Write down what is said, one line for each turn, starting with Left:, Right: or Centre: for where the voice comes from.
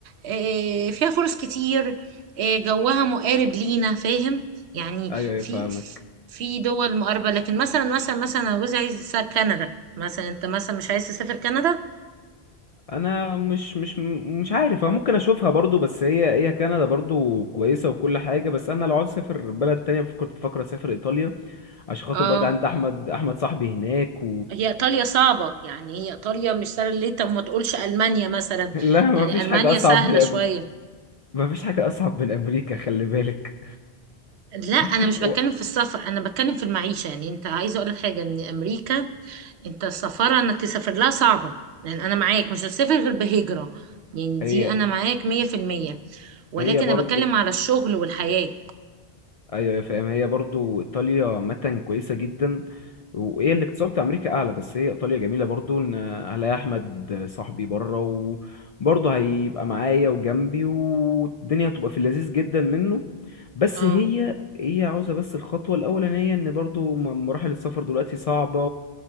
Right: إيه، فيها فرص كتير إيه، جوها مقارب لينا فاهم يعني
Left: ايوه ايوه
Right: في
Left: فاهمك
Right: في دول مقاربة لكن مثلا مثلا مثلا انا جوزي عايز يسافر كندا مثلا انت مثلا مش عايز تسافر كندا
Left: انا مش مش مش عارف أنا ممكن اشوفها برضو بس هي هي كندا برضو كويسه وكل حاجه بس انا لو عاوز اسافر بلد تانية كنت بفكر اسافر ايطاليا عشان خاطر
Right: اه
Left: برضه عندي احمد احمد صاحبي هناك
Right: هي ايطاليا صعبة يعني هي ايطاليا مش سهلة ليه طب ما تقولش المانيا مثلا
Left: <laughs> لا ما
Right: يعني
Left: فيش
Right: المانيا
Left: حاجة أصعب
Right: سهلة
Left: من أم...
Right: شوية
Left: ما فيش حاجة أصعب من أمريكا خلي بالك
Right: لا انا
Left: <laughs>
Right: مش بتكلم
Left: و-
Right: في السفر انا بتكلم في المعيشه يعني انت عايزه اقول لك حاجه ان امريكا انت السفاره انك تسافر لها صعبه يعني انا معاك مش هتسافر غير بهجره يعني
Left: هي
Right: دي انا معاك مية في المية ولكن
Left: هي برضو
Right: انا بتكلم على الشغل والحياه
Left: أيوة يا فاهم هي برضو إيطاليا عامة كويسة جدا وهي الاقتصاد بتاع أمريكا أعلى بس هي إيطاليا جميلة برضو إن هلاقي أحمد صاحبي بره وبرضه هيبقى معايا وجنبي والدنيا هتبقى في اللذيذ جدا منه بس
Right: اه
Left: هي هي عاوزة بس الخطوة الأولانية إن برضو م- مراحل السفر دلوقتي صعبة